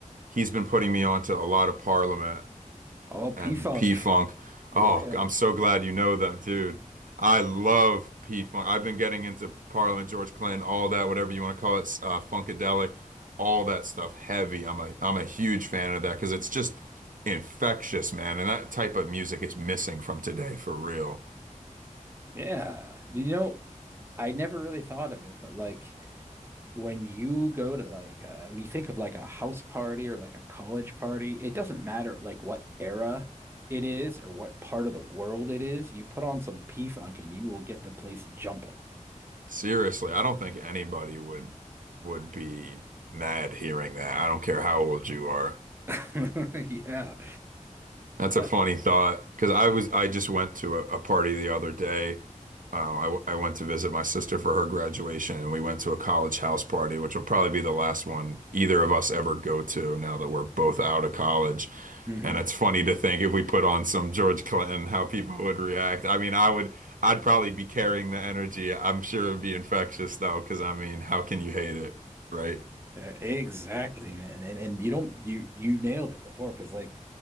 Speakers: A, on the right; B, on the right.
A: He's been putting me onto a lot of Parliament
B: oh, P
A: and
B: Funk.
A: P-Funk.
B: <laughs> Yeah.
A: Oh, I'm so glad you know that, dude. I love P-Funk. I've been getting into Parliament, George Clinton, all that, whatever you want to call it, uh, Funkadelic, all that stuff, heavy. I'm a I'm a huge fan of that because it's just infectious, man. And that type of music is missing from today for real.
B: Yeah. You know, I never really thought of it, but like, when you go to like uh, when you think of like a house party or like a college party, it doesn't matter like what era it is or what part of the world it is. You put on some P-Funk and you will get the place jumping.
A: Seriously, I don't think anybody would would be mad hearing that. I don't care how old you are.
B: <laughs> Yeah.
A: That's
B: Yeah.
A: a funny thought because I was I just went to a, a party the other day. Uh, I, w- I went to visit my sister for her graduation, and we went to a college house party, which will probably be the last one either of us ever go to now that we're both out of college.
B: hmm
A: And it's funny to think if we put on some George Clinton, how people would react. I mean, I would I'd probably be carrying the energy. I'm sure it'd be infectious though, because I mean, how can you hate it, right?
B: Yeah, exactly, man. And and you don't you you nailed it before because like